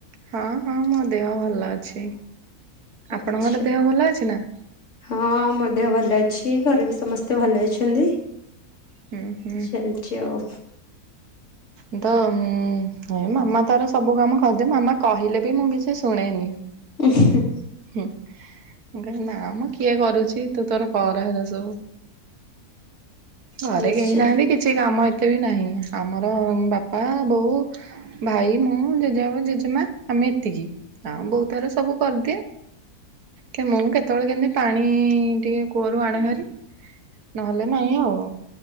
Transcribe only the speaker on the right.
ହଁ ହଁ ମୋ ଦେହ ଭଲ ଅ ଛି। ଆପଣଙ୍କର
ଦେହ ଭଲ ଅଛି ନା?
ହୁଁ ହୁଁ
ଉଁ, ତ ଉଁ, ଏ ମାମା ତାର ସବୁ କାମ କରିଦେ। ମାମା କହିଲେ ବି ମୁଁ କିଛି ଶୁଣେନି।
ମୁଁ କହେ ନା ମୋ କିଏ କରୁଛି ତୁ ତୋର କର ହେଲା ସବୁ। ଘରେ
କେହି ନାହାନ୍ତି କିଛି କାମ ଏ ତେ ବି ନାହିଁ। ଆମର ବାପା, ବୋଉ, ଭାଇ, ମୁଁ ଜେଜେ ବାପା, ଜେଜେମା ଆମ ମେ ଏତିକି ଆ, ବୋଉ ତାର ସବୁ କରିଦିଏ। ତ ମୁଁ କେତେବେଳେ କେମତି ପାଣି ଟିକେ କୂଅରୁ ଆଣେ ଭାରି। ନହେଲେ ନାଇଁ ଆଉ।